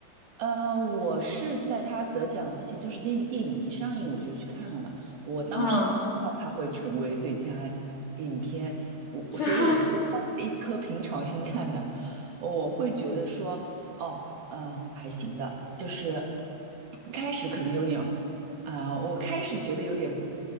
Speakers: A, on the right; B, on the left.
A: 呃，我是在他得奖之前，就是那个电影一上映我就去看了。我当时不知道他会成为最佳影片，
B: 嗯，
A: 我所以我是抱着一颗平常心看的。
B: 就 <laughs>
A: 我会觉得说，哦，嗯、还行的，就是一开始可能有点。啊、我开始觉得有点